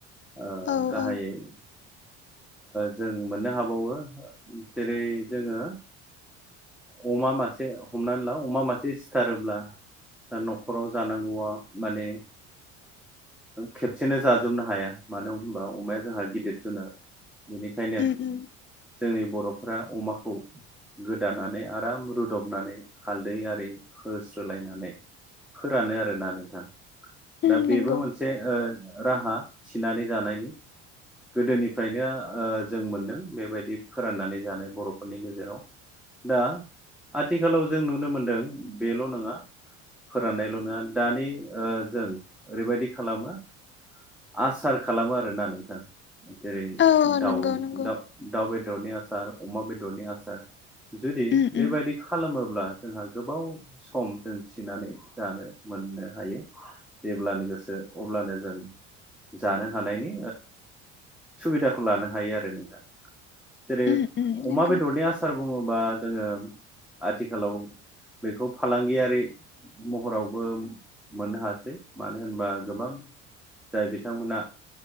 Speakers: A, in the centre; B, on the left.
A: ओ
B: औ औ।
A: <unintelligible> जों मोननो हाबावो जेरै जोङो अमा मासे हमनानै ला अमा मासे सिथारोब्ला दा न'खराव जानांगौआ माने खेबसेनो जाजोबनो हाया। मानो होनबा अमाया जोंहा गिदिर जुनार। बेनिखायनो
B: उम उम
A: जोंनि बर'फ अमाखौ गोदानानै आराम रुदबनानै हालदै आरि होस्रोलायनानै फोरानो आरोना नोंथां।
B: उम
A: दा बेबो
B: नंगौ
A: मोनसे राहा थिनानै जानायनि गोदोनिफ्रायनो जों मोनदों बे बायदि फोराननानै जानाय बर'फोरनि गेजेराव। दा आथिखालाव जों नुनो मोनदों बेल' नङा फोराननायल' नङा दानि जों ओरैबायदि खालामो। आसार खालामो आरोना नोंथां। जेरै-
B: औ औ
A: दाउ
B: नंगौ नंगौ
A: दा दाउ बेदरनि आसार, अमा बेदरनि आसार, जुदि
B: उम
A: बे
B: उम
A: बायदि खालामोब्ला जोंहा गोबाव सम जों थिनानै जानो मोननो हायो। जेब्लानो गोसो अब्लानो जों जानो हानायनि सुबिदाखौ लानो हायो आरो नोंथां। जेरै-
B: उम उम
A: अमा
B: नंगौ
A: बेदरनि आसार बुङोबा जोङो आथिखालाव बेखौ फालांगियारि महरावबो मोननो हासै। मानो होनबा गोबां जाय बिथांमोनहा